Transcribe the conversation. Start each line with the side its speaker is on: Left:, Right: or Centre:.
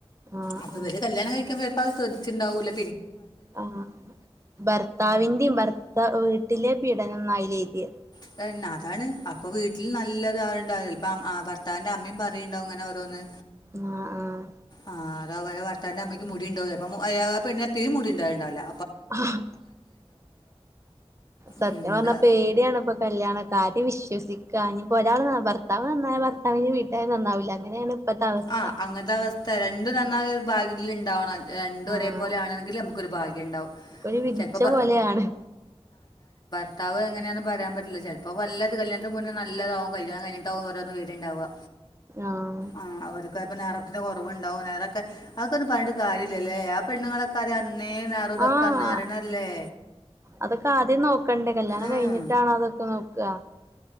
Right: ആഹ്
Left: അപ്പോ
Right: ആഹ്
Left: ഇവര് കല്യാണം കഴിക്കുമ്പോ എ അത് ശ്രദ്ധിച്ചിറ്റിണ്ടാവൂലേ
Right: ആ ഭർത്താവിന്റെയും ഭർത്താവ് വീട്ടിലെ പീഡനന്നായി. <unintelligible>
Left: അതന്നെ അതാണ് അപ്പോ വീട്ടിൽ നല്ലത് ആരുണ്ടാവാ അപ്പ ഭർത്താവിന്റെ അമ്മയും പറയുണ്ടാവും ഇങ്ങനെ ഓരോന്ന്
Right: ആഹ് ആഹ്
Left: ആഹ് അത് അവ ഭർത്താവിന്റെ അമ്മയ്ക്ക് മുടി ഉണ്ടോ അപ്പോ <unintelligible> മുടി ഉണ്ടാവലുണ്ടാവല്ലോ
Right: ആഹ് സത്യം
Left: ഉം,
Right: പറഞ്ഞാ
Left: എന്താ
Right: പേടിയാണിപ്പോ കല്യാണം കാര്യം വിശ്വസി ക്കാ ഇനി ഇപ്പോ ഒരാൾ ഭർത്താവ് നന്നായാ ഭർത്താവിന്റെ വീട്ടുകാര് നന്നാവില്ല അങ്ങനെയാണ് ഇപ്പത്തെ അവസ്ഥ
Left: ആഹ് അങ്ങനത്തെ അവ സ്ഥ രണ്ടും നന്നാകാൻ ഭാഗ്യം ഇതിൽ ഇണ്ടാവണം. രണ്ടും
Right: ആഹ്
Left: ഒരേ പോലെ ആണെങ്കിൽ നമു ക്കൊരു ഭാഗ്യം ഉണ്ടാവും.
Right: ഒരു വിധിച്ച
Left: ചിലപ്പോൾ
Right: പോലെയാണ്.
Left: <unintelligible> എങ്ങനെയാന്ന് പറയാൻ പറ്റില്ല ചിലപ്പോ നല്ലത് കല്യാണത്തിന് മുന്നേ നല്ലതാവും കല്യാണം കഴിഞ്ഞിട്ടാവും ഓരോന്ന് വെരുണ്ടാവുക.
Right: ആഹ്
Left: ആഹ് അവർക്ക് ഇപ്പം നിറത്തിന് കുറവുണ്ടാകും അതൊക്കെ അതൊക്കെ ഒന്നും പറഞ്ഞിട്ട് കാര്യമില്ലല്ലേ? പെണ്ണുങ്ങളൊക്കെ അ അന്നേ നെറം ഇതൊക്കന്ന്
Right: ആഹ്
Left: അറിയണല്ലേ?
Right: അതൊക്കെ ആദ്യം നോക്കണ്ടേ കല്യാണം
Left: ഉം.
Right: കഴിഞ്ഞിട്ടാണ അതൊക്കെ നോ ആഹ്